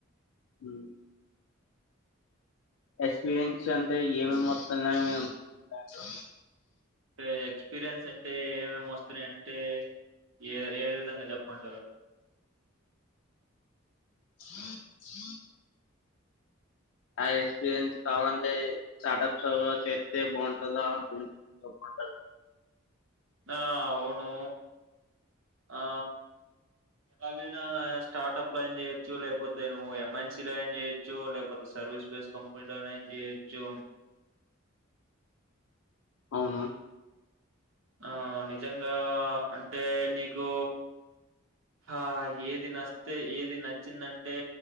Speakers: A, on the left; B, on the right.
A: హు ఎక్స్పీరియన్స్ అంటే ఏమే మొత్తలున్నా అ
B: అంటే ఎక్స్పీరియన్స్ అంటే ఏమేమి వస్తున్నా అంటే ఏ ఏ విధంగా చెప్పుకుంటారు.
A: <inaudible> ఆ ఎక్స్పీరియన్స్ కావాలంటే స్టార్ట్ప్స్ చేస్తే బాగుంటందా ద బాగుండద
B: ఆ అవును ఆ అది నా స్టార్టప్ లో అయినా చేయొచ్చు, లేకపోతే నువ్వు ఎంఎన్సీలో ఐనా చేయొచ్చు, లేకపోతే సర్వీస్ బేస్ కంపెనీలో అయినా చేయొచ్చు.
A: అవున
B: ఆ నిజంగా అంటే నీకు ఆ ఏది నస్తే ఏది నచ్చిందంటే